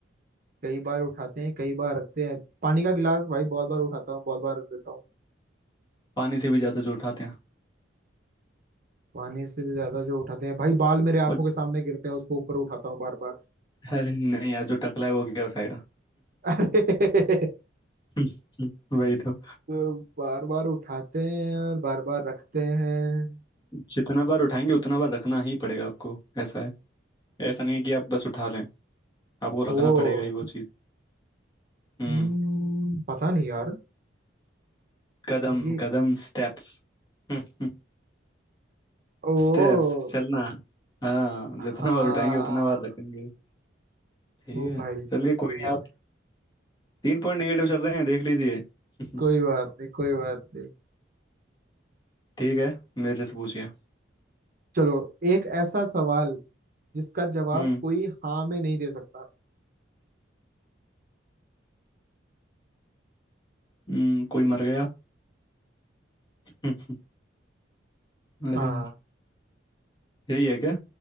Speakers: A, on the right; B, on the left.
A: कई बार उठाते हैं कई बार रखते हैं पानी का गिलास भाई बहुत बार उठाता हूँ बहुत बार रख देता हूँ
B: पानी से भी ज्यादा जो उठाते हैं
A: पानी से भी ज्यादा जो उठाते हैं भाई बाल मेरे आंखों
B: और
A: के सामने गिरते हैं उसको ऊपर उठाता हूँ बार बार
B: अरे नहीं यार जो टकला है वो क्या उठाएगा
A: <laughs> अरे
B: <laughs> वही तो
A: तो बार बार उठाते हैं और बार बार रखते हैं
B: जितना बार उठाएंगे उतना बार रखना ही पड़ेगा आपको ऐसा है ऐसा नहीं है कि आप बस उठा लें आपको
A: ओ
B: रखना पड़ेगा ही वो चीज हम्म
A: हम्म, पता नहीं यार
B: कदम
A: ये
B: कदम स्टेप्स <laughs>
A: ओ
B: स्टेप्स चलना हाँ
A: हाँ
B: जितना बार उठाएंगे उतना बार रखेंगे ठीक
A: ओ
B: है
A: भाई
B: चलिए
A: सही
B: कोई नहीं
A: है।
B: आप तीन पॉइंट निगेटिव चल रहे हैं देख लीजिए <laughs>
A: कोई बात नहीं कोई बात नहीं
B: ठीक है मेरे से पूछिए
A: चलो एक ऐसा सवाल जिसका जवाब
B: हम्म
A: कोई हाँ में नहीं दे सकता
B: हम्म कोई मर गया <laughs> अरे
A: हाँ
B: यार यही है क्या